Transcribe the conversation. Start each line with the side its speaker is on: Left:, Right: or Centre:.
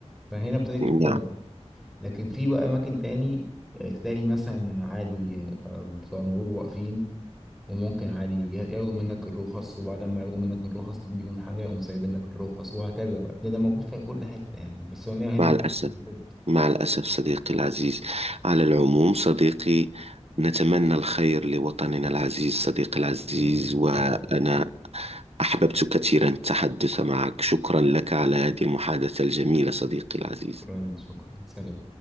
Centre: فهنا ابتدت تتطبق
Right: نعم
Centre: لكن في بقى اماكن تاني آه، تلاقي مثلا عادي آه، بتوع مرور واقفين وممكن عادي ي- ياخدوا منك الرخص وبعد ما ياخدوا منك الرخص تديهم حاجة يقوم سايبين لك الرخص وهكذا بقى ده ده موجود في كل حتة يعني بس هو هنا هنا
Right: مع
Centre: في
Right: الأسف
Centre: مصر موجود
Right: مع الأسف صديقي العزيز على العموم صديقي نتمنى الخير لوطننا العزيز صديقي العزيز
Centre: يا متشرف
Right: وأنا
Centre: بيك.
Right: أحببت كثيرا التحدث معك شكرا لك على هذه المحادثة الجميلة صديقي العزيز
Centre: شكرا شكرا سلام